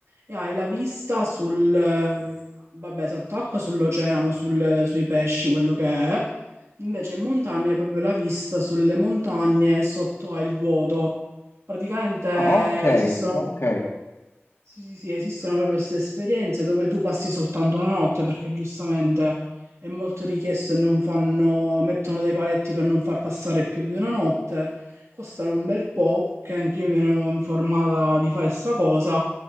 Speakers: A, on the right; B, on the left.
A: e hai la vista sul, eh, vabbè, sott'acqua, sull'oceano, sul- sui pesci, quello che è. Invece in montagna hai proprio la vista sulle montagne e sotto hai il vuoto. Praticamente
B: Ah, ok,
A: esistono
B: ok.
A: sì, sì, sì, esistono proprio queste esperienze dove tu passi soltanto una notte perché giustamente è molto richiesto e non fanno, mettono dei paletti per non far passare più di una notte, costano un bel po', che anch'io mi ero informata di fare sta cosa,